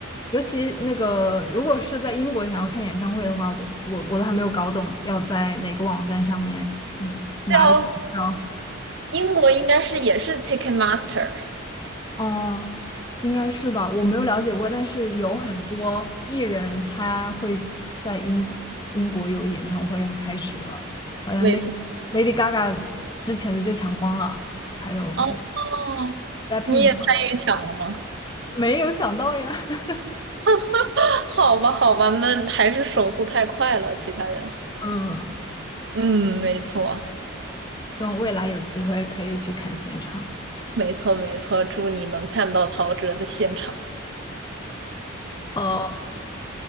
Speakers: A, on the left; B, on the right.
A: 尤其那个，如果是在英国想要看演唱会的话，我我我都还没有搞懂要在哪个网站上面，嗯，
B: 叫
A: 拿里买票。
B: 英国应该是也是 Ticketmaster。
A: 嗯，应该是吧，我没有了解过，但是有很多艺人他会在英国英国有演唱会要开始了，好像
B: 没错。
A: Lady Lady Gaga 之前的就抢光了，还有什么
B: 哦哦，
A: BLACKPINK
B: 你也参与抢了吗？
A: 啊没有抢到呀。<laughs>
B: <laughs> 好吧，好吧，那还是手速太快了，其他人。
A: 嗯，
B: 嗯，没错，
A: 希望未来有机会可以去看现场。
B: 没错，没错。祝你能看到陶喆的现场。
A: 好，